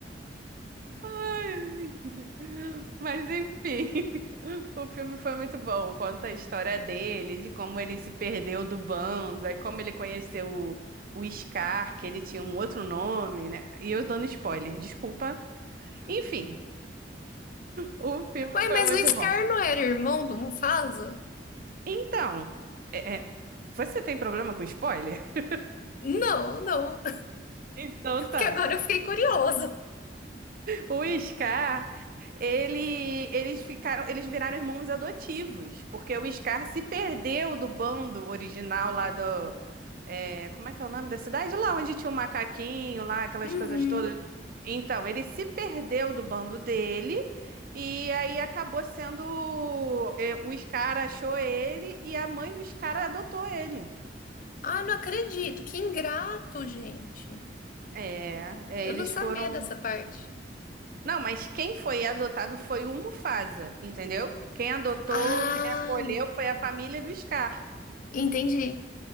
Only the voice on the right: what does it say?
Ai, Mas enfim, <laughs> o filme foi muito bom. Conta a história dele, de como ele se perdeu do bando, aí como ele conheceu o, o Scar, que ele tinha um outro nome, né? E eu dando spoiler, desculpa. Enfim, o filme
foi
muito
bom.
Então, é- é, você tem problema com spoiler? <laughs>
Então
tá.
O Scar, ele, eles ficaram, eles viraram irmãos adotivos, porque o Scar se perdeu do bando original lá do, é, como é que é o nome da cidade? Lá onde tinha o macaquinho, lá aquelas
coisas todas. Então, ele se perdeu do bando dele e aí acabou sendo, é, o Scar achou ele e a mãe do Scar adotou ele.
É, é,
eles
foram
Não, mas quem foi adotado foi o Mufasa, entendeu? Quem adotou,
quem acolheu foi a família do Scar.